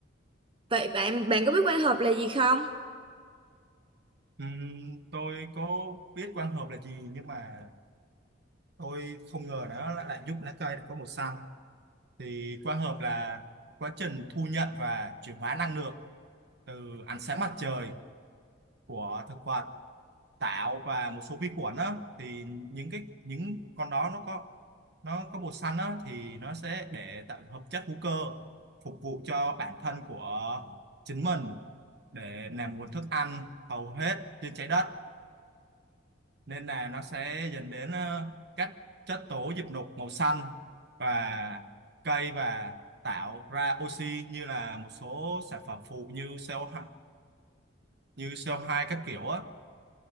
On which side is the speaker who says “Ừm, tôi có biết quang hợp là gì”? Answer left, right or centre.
Right